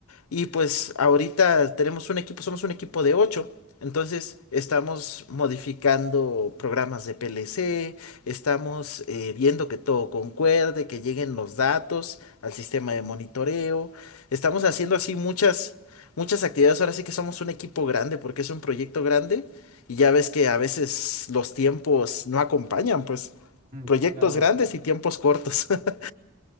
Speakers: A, on the left; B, on the right.
A: y pues ahorita tenemos un equipo, somos un equipo de ocho. Entonces estamos modificando programas de PLC, estamos eh, viendo que todo concuerde, que lleguen los datos al sistema de monitoreo. Estamos haciendo así muchas, muchas actividades. Ahora sí que somos un equipo grande porque es un proyecto grande y ya ves que a veces los tiempos no acompañan, pues
B: Mm,
A: proyectos
B: Sí, claro.
A: grandes y tiempos cortos. <laughs>